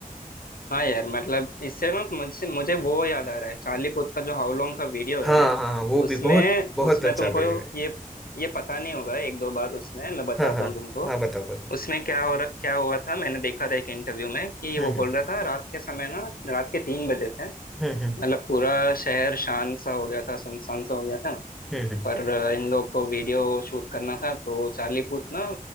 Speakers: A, on the left; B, in the centre.
A: हाँ यार मतलब इससे ना मुझसे मुझे वो याद आ रहा है चार्ली पुथ का जो हाउ लॉन्ग का वीडियो
B: हाँ
A: है
B: हाँ हाँ, वो भी
A: उसमें
B: बहुत बहुत
A: उसमें
B: अच्छा
A: तुमको
B: वीडियो है
A: ये ये पता नहीं होगा एक दो बात उसमें मैं बताता
B: हाँ हाँ
A: हूँ तुमको
B: हाँ बताओ बताओ
A: उसमें क्या हो रहा- क्या हुआ था मैंने देखा था एक इंटरव्यू में कि
B: हम्म
A: वो बोल रहा था रात के समय ना रात के तीन बजे थे
B: हम्म हम्म
A: मतलब पूरा शहर शांत सा हो गया था सुनसान सा हो गया था
B: हम्म हम्म
A: पर अ, इन लोग को वीडियो शूट करना था तो चार्ली पूथ ना